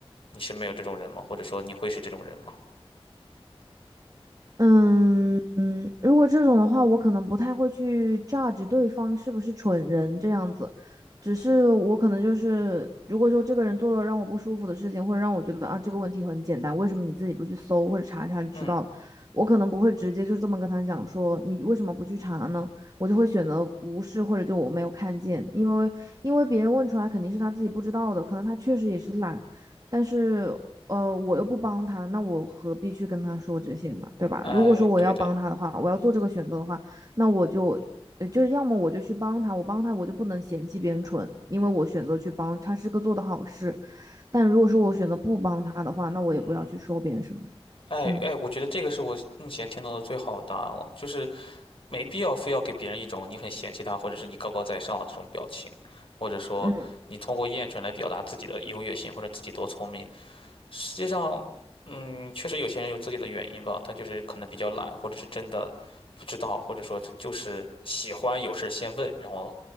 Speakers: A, on the left; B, on the right.
A: 你身边有这种人吗？或者说你会是这种人吗？
B: 嗯嗯，如果这种的话，我可能不太会去 judge 对方是不是蠢人这样子，只是我可能就是，如果说这个人做了让我不舒服的事情，或者让我觉得啊这个问题很简单，为什么你自己不去搜或者查一下就知道了？
A: 嗯，
B: 我可能不会直接就这么跟他讲说你为什么不去查呢？我就会选择无视或者就我没有看见，因为因为别人问出来肯定是他自己不知道的，可能他确实也是懒，但是呃，我又不帮他，那我何必去跟他说这些呢？对吧？
A: 哎，
B: 如果说我要帮他的话，
A: 对的，
B: 我要做这个选择的话，那我就，呃，就是要么我就去帮他，我帮他我就不能嫌弃别人蠢，因为我选择去帮他是个做的好事。但如果说我选择不帮他的话，那我也不要去说别人什么。
A: 嗯，哎哎，
B: 嗯
A: 我觉得这个是我目前听到的最好的答案了，就是没必要非要给别人一种你很嫌弃他，或者是你高高在上的这种表情，或者说你通过厌蠢来表达自己的优越性或者自己多聪明。
B: 嗯
A: 实际上，嗯，确实有些人有自己的原因吧，他就是可能比较懒，或者是真的不知道，或者说他就是喜欢有事先问，然后